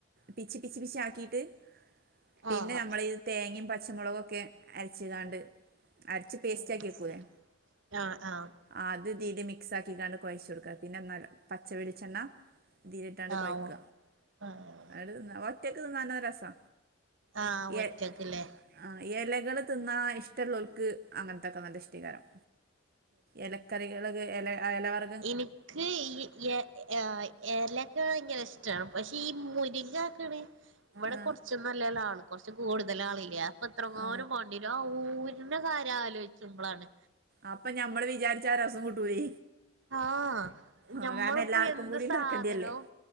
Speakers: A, on the right (about 50°); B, on the right (about 75°).
A: പിച്ച് പിച്ചി പിച്ചിആക്കിട്ട് പിന്നെ
B: ആഹ്
A: നമ്മളീ തേങ്ങിം പച്ചമൊള്കൊക്കെ അര്ച്കാണ്ട് അര്ച്ച് പേസ്റ്റാക്കിവെക്കുലെ
B: ആഹ് ശരി ആഹ് ആഹ്
A: അത് തീല് മിക്സാക്കികാണ്ട് കൊയച്ചെട്ക്ക പിന്നെ നല്ല പച്ചവെളിച്ചെണ്ണ തീല്ട്ടാണ്ട്
B: ആഹ്
A: കൊയ്ക
B: ആഹ്
A: അട് ന്ന ഒറ്റക്ക് തിന്നാനു രസാ
B: ആഹ് ഒറ്റക്ക്ലെ
A: എ ആ എലകള് തിന്നാ ഇഷ്ടള്ളോൽക് അങ്ങൻത്തൊക്കെ നല്ല ഇഷ്ട്ടയ്കാരം. എലക്കറികൾക് എല ആ എല വർ
B: ഇന്ക്ക് ഇ എഹ് ഏഹ് എലക്ക ബൈങ്കര ഇഷ്റ്റ പഷേ ഈ മുരിങ്ങാക്ണ് ഇമ്മടെ
A: ആ
B: കൊട്ച്ച് നല്ലേലാള് കൊർച്ച് കൂടുതലാളില്ല്യേ പത്രങ്ങാനും
A: ആ
B: മാണ്ടിലോ ആ ഊര്ണ കാര്യ ആലോയ്ച്ചുമ്പളാണ്
A: അപ്പൊ ഞമ്മള് വിജാരി ച്ച രസംകിട്ടൂലെ
B: ആഹ്
A: ആഹ്
B: ഞമ്മളിപ്പോ
A: കാരണ എല്ലാർക്കുകൂടിണ്ടാക്കണ്ടിര്ലെ
B: എന്ത് സാധനവും